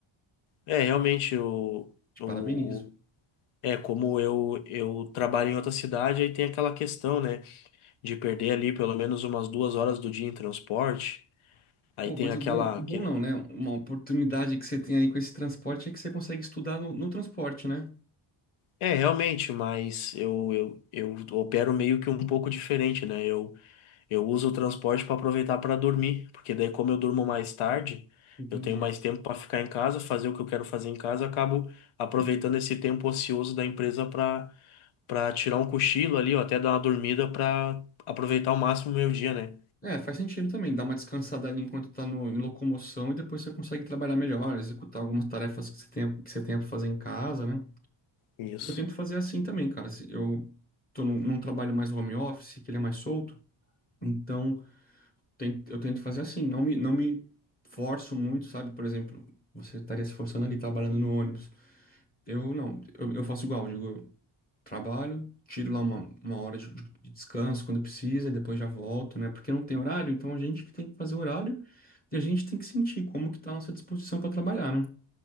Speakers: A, on the left; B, on the left.
A: É, realmente, o,
B: Te
A: o,
B: parabenizo.
A: o- é como eu, eu trabalho em outra cidade, aí tem aquela questão, né, de perder ali pelo menos umas duas horas do dia em transporte, aí
B: Pô,
A: tem
B: mas
A: aquela,
B: o bom, o bom
A: que
B: não, né? Uma oportunidade que você tem aí com esse transporte é que você consegue estudar no, no transporte, né?
A: é, realmente, mas eu, eu, eu opero meio que um pouco diferente, né? eu Eu uso o transporte para aproveitar para dormir, porque daí como eu durmo mais tarde,
B: Entendi,
A: eu tenho mais tempo para ficar em casa, fazer o que eu quero fazer em casa, eu acabo aproveitando
B: entendi.
A: esse tempo ocioso da empresa para para tirar um cochilo ali, ou até dar uma dormida para aproveitar ao máximo o meu dia, né?
B: É, faz sentido também, dá uma descansada ali enquanto tá no, em locomoção e depois você consegue trabalhar melhor, executar algumas tarefas que você tenha, que você tenha para fazer em casa, né?
A: Isso.
B: Eu tento fazer assim também, cara. se Eu tô num, num trabalho mais home office, que ele é mais solto, então ten- eu tento fazer assim, não me, não me forço muito, sabe? Por exemplo, você estaria se forçando ali trabalhando no ônibus. Eu não, eu, eu faço igual, digo. trabalho, tiro lá uma, uma hora de, de descanso quando precisa e depois já volto, né? Porque não tem horário, então a gente que tem que fazer horário e a gente tem que sentir como que tá a nossa disposição para trabalhar, né?